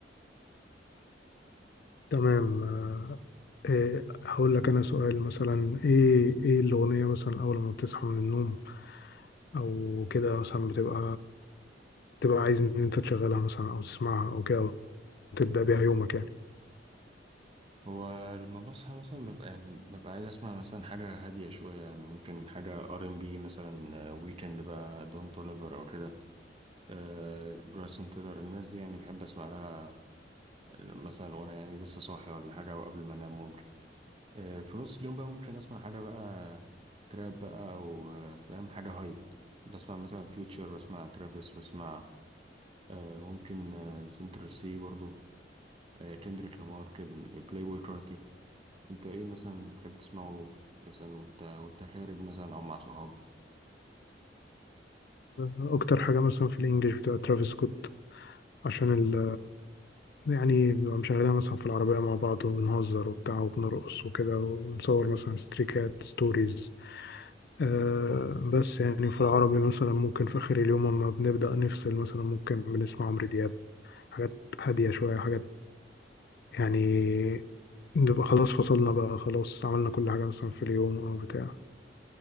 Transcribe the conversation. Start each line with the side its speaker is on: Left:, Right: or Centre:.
Left: تمام آه إيه هقول لك انا سؤال مثلا ايه ايه الاغنيه مثلا اول ما بتصحى من النوم او كده مثلا بتبقى تبقى عايز ان انت تشغلها مثلا او تسمعها او كده او تبدا بيها يومك يعني
Right: هو لما بصحى مثلا ببقى يعني ببقى عايز اسمع مثلا حاجة هادية شوية يعني ممكن حاجة ار ام بي مثلا ويكند بقى دون توليفر او كده آه برايسون تيلر الناس دي يعني بحب اسمع لها آه، مثلا وانا يعني لسه صاحي ولا حاجة او قبل ما انام ممكن آه في نص اليوم بقى ممكن اسمع حاجة بقى تراب بقى او آه، فاهم حاجة هايب بسمع مثلا فيوتشر بسمع ترافيس بسمع آه ممكن آه سنترال سي برضو آه كندريك لامار كده بلاي بوي انت ايه مثلا بتحب تسمعه في- مثلا وانت وانت خارج مثلا او مع صحابك
Left: اكتر حاجه مثلا في الانجليش بتبقى ترافيس سكوت عشان ال يعني بنبقى مشغلينها مثلا في العربية مع بعض وبنهزر وبتاع وبنرقص وكده ونصور مثلا ستريكات ستوريز آه بس يعني في العربي مثلا ممكن في آخر اليوم أما بنبدأ نفصل مثلا ممكن بنسمع عمرو دياب حاجات هادية شوية حاجات يعني بنبقى خلاص فصلنا بقى خلاص عملنا كل حاجة مثلا في اليوم أو بتاع